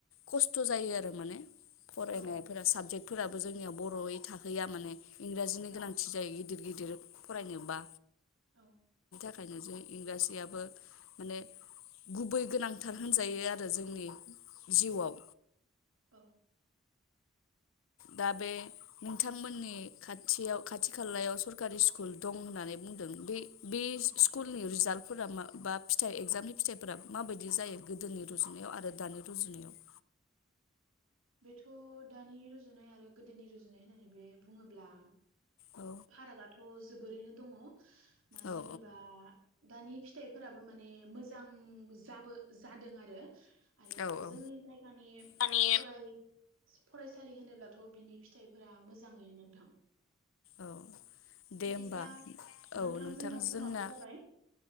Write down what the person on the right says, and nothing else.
औ
औ
औ
औ
औ
बेथ' दानि रुजुनाय आरो गोदोनि रुजुनाय होननानै बे बुङोब्ला
फारागाथ' जोबोरैनो दङ मानो
होनोबा दानि <unintelligible> फिथाइफोराबो माने मोजां जाबो जादों आरो आरो
जोंनि जायगानि
फराय फरायसालि होनोब्लाथ' बिनि फिथाइफोरा मोजाङैनो नोंथां
बिदिब्ला
नोंथांजोंना
समाबो
जाबाय